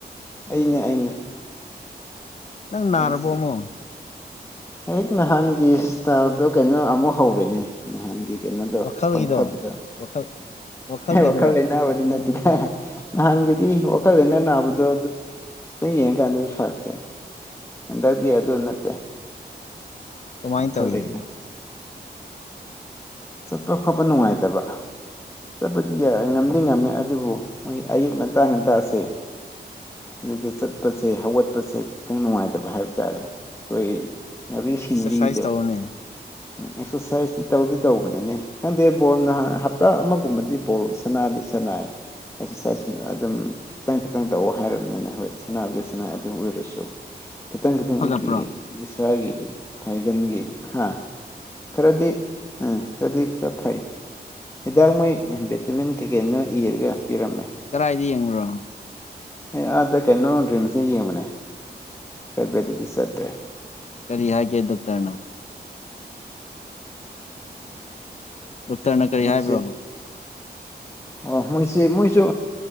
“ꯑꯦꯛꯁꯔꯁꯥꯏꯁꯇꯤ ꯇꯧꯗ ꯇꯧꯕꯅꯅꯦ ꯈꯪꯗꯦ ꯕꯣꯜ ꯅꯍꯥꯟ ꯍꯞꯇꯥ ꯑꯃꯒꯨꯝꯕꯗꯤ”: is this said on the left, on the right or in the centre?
Left